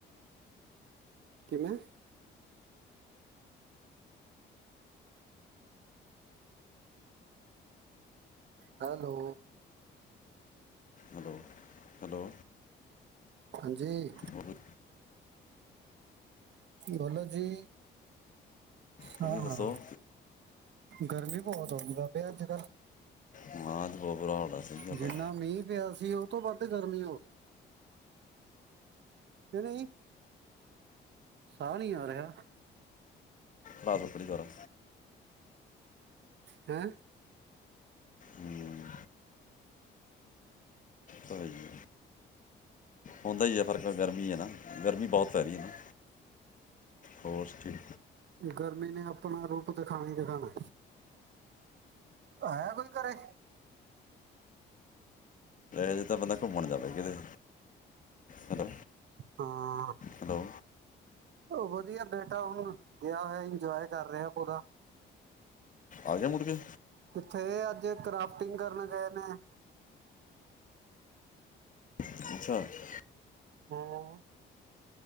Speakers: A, on the right; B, on the left.
A: ਕਿਵੇਂ ਹੈਲੋ
B: ਹੈਲੋ ਹੈਲੋ
A: ਹਾਂਜੀ
B: ਹੋਰ
A: ਗਲ ਜੀ
B: ਤੁਸੀਂ
A: ਹਾਂ
B: ਦੱਸੋ
A: ਹਾਂ ਗਰਮੀ ਬਹੁਤ ਹੋ ਗਈ ਵਾਬੇ ਅੱਜ ਕੱਲ
B: ਹਾਂ ਅੱਜ ਬਹੁਤ ਬੁਰਾ ਹਾਲ ਆ ਸਹੀ ਗੱਲ
A: ਜਿੰਨਾ
B: ਆ
A: ਮੀਂਹ ਪਿਆ ਜ ਉਹ ਤੋਂ ਵੱਧ ਗਰਮੀ ਹੋ ਗਈ ਕਿ ਨਹੀਂ ਸਾਹ ਨੀ ਆ ਰਿਹਾ
B: ਭਤ ਖੜੀ ਦੁਆਰਾ
A: ਹੈਂ
B: ਹੂੰ ਤਾਂ ਹੈ ਹੀ ਆ। ਹੁੰਦਾ ਹੀ ਹੈ ਫ਼ਰਕ ਗਰਮੀ ਹੈ ਨਾ ਗਰਮੀ ਬਹੁਤ ਪੈ ਰਹੀ ਹੈ ਨਾ ਹੋਰ ਠੀਕ
A: ਗਰਮੀ ਨੇ ਆਪਣਾ ਰੂਪ ਕੁਤੇ ਖਾਣਾ ਤੇ ਖਾਣਾ ਆਇਆ ਕੋਈ ਘਰੇ
B: ਇਹ ਜ ਤਾਂ ਬੰਦਾ ਘੁੰਮਣ ਜਾਵੇ ਕਿਤੇ ਹੈਲੋ
A: ਹਾਂ
B: ਹੈਲੋ
A: ਵਧੀਆ ਬੇਟਾ ਹੁਣ ਗਿਆ ਹੋਇਆ ਇੰਜੋਏ ਕਰ ਰਿਹਾਹਾ ਪੂਰਾ
B: ਆਜ ਮੁੜ ਕੇ
A: ਕਿੱਥੇ ਅੱਜ ਕਰਾਫਟਿੰਗ ਕਰਨ ਗਏ ਨੇ
B: <unintelligible>
A: ਹਮ